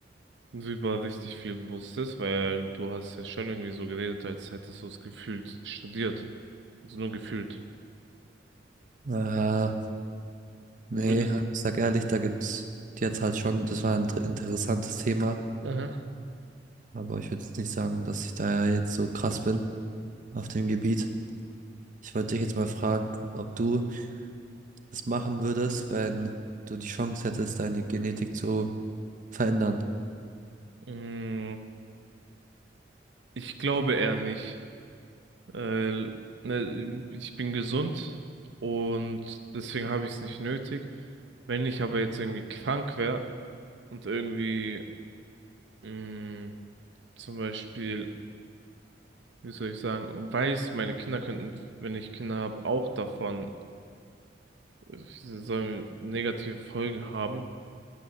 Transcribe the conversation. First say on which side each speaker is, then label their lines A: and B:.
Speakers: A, on the right (about 90°); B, on the right (about 50°).
A: über richtig viel wusstest, weil du hast ja schon irgendwie so geredet, als hättest du es gefühlt studiert. Also nur gefühlt.
B: Äh, nee,
A: Würdest.
B: ich sag ehrlich, da gibt's jetzt halt schon, das war ein dr- interessantes Thema.
A: Aha.
B: Aber ich würde jetzt nicht sagen, dass ich da ja jetzt so krass bin auf dem Gebiet. Ich wollte dich jetzt mal fragen, ob du das machen würdest, wenn du die Chance hättest, deine Genetik zu verändern.
A: Mm, Ich glaube eher nicht. Äh, ne, ich bin gesund und deswegen habe ich es nicht nötig. Wenn ich aber jetzt irgendwie krank wäre und irgendwie mh, zum Beispiel, wie soll ich sagen, weiß, meine Kinder könnten, wenn ich Kinder habe, auch davon äh, sie sollen negative Folgen haben